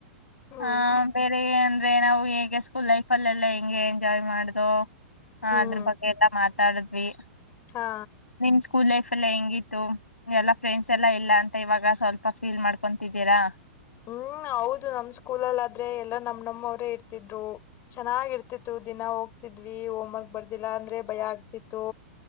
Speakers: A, on the left; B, on the left.
A: ಹ್ಮ್
B: ಹಾ ಬೇರೆ <unintelligible> ಆದೆ ನಾವು ಹೇಗೆ ಸ್ಕೂಲ್ ಲೈಫ ಅಲ್ಲೆಲ್ಲಾ ಹೆಂಗೆ ಎಂಜಾಯ್ ಮಾಡುದು ಹಾ
A: ಹ್ಮ್
B: ಅದ್ರ ಬಗ್ಗೆ ಎಲ್ಲ ಮಾತ ಮಾತಾಡಿದ್ವಿ
A: ಹಾ
B: ನಿಮ್ ಸ್ಕೂಲ್ ಲೈಫ್ ಎಲ್ಲ ಹೆಂಗಿತ್ತು ಎಲ್ಲಾ ಫ್ರೆಂಡ್ಸ್ ಎಲ್ಲಾ ಇಲ್ಲ ಅಂತ ಇವಾಗ ಸ್ವಲ್ಪ ಫೀಲ್ ಮಾಡ್ಕೊತಿದ್ದೀರಾ
A: ಹ್ಮ್ ಹೌದು ನಮ್ ಸ್ಕೂಲಲ್ಲಿ ಆದ್ರೆ ಎಲ್ಲಾ ನಮ್ ನಮ್ಮವ್ರೇ ಇರ್ತಿದ್ರು ಚೆನ್ನಾಗಿ ಇರ್ತಿತ್ತು ದಿನ ಹೋಗ್ತಿದ್ವಿ ಹೋಮ್ ವರ್ಕ್ ಬರ್ದಿಲ್ಲ ಅಂದ್ರೆ ಭಯ ಆಗ್ತಿತ್ತು